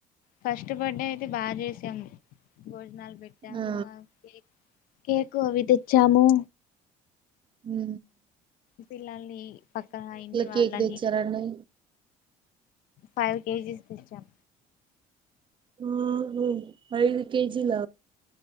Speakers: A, on the left; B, on the right.
A: ఫస్ట్ బర్త్డే అయితే బాగ చేసాము భోజనాలు పెట్టి
B: ఆ
A: కేక్ కేకు అవి తెచ్చాము
B: హు
A: పిల్లల్ని పక్కన ఇంటి వాళ్ళని
B: కేక్ తెచ్చారండి
A: ఫైవ్ కేజీస్ తెచ్చాం
B: <unintelligible> ఐదు కేజిల